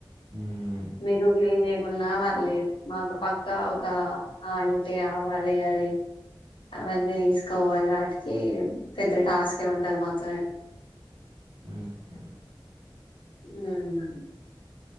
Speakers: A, on the right; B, on the left.
A: మ్మ్
B: మీకు క్లీన్ చేయకున్నా పర్లేదు మాకు పక్కా ఒక ఆంటీ అవాలి కదా టైమ్ అవన్నీ తీసుకోవాలి కాబట్టి పెద్ద టాస్కే ఉంటది మాకే
A: మ్మ్ హ్మ్
B: మ్మ్ అవున